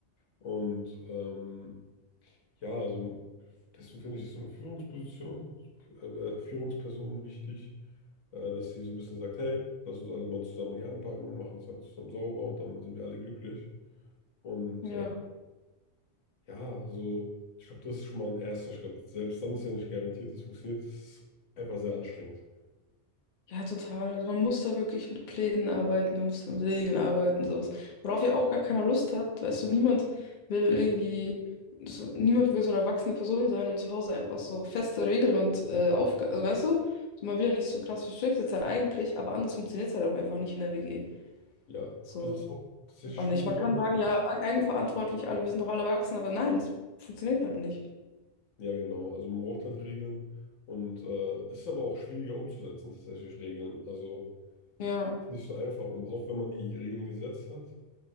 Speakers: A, on the left; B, on the left.
A: Und ähm, ja, also deswegen finde ich so eine Führungsposition, äh, äh, Führungsperson wichtig, äh, dass sie so ein bisschen sagt, hey, lass uns alle mal zusammen hier anpacken, machen es alles zusammen sauber und dann sind wir alle glücklich. Und
B: Ja.
A: äh, Ja, also ich glaube, das ist schon mal ein erster Schritt. Selbst dann ist ja nicht garantiert, es funktioniert. Es ist einfach sehr anstrengend.
B: Ja, total. Also man muss da wirklich mit Plänen arbeiten, man muss da mit Regeln arbeiten, sowas. Worauf ja auch gar keiner Lust hat, weißt du, niemand will irgendwie, so, niemand will so eine erwachsene Person sein und zu Hause einfach so feste Regeln und äh, Aufgaben, also weißt du, so, man will ja nicht so krass verstriktet sein eigentlich, aber anders funktioniert es halt auch einfach nicht in der WG.
A: Ja,
B: So,
A: aber es ist auch tatsächlich
B: auch
A: schwieriger
B: nicht. Man kann
A: umzusetzen.
B: sagen, ja, eigenverantwortlich, alle, wir sind doch alle erwachsen, aber nein, es funktioniert halt nicht.
A: Ja, genau. Also man braucht halt Regeln und äh, es ist aber auch schwieriger umzusetzen, tatsächlich Regeln. Also
B: Ja.
A: ist nicht so einfach. Und auch wenn man die Regeln gesetzt hat,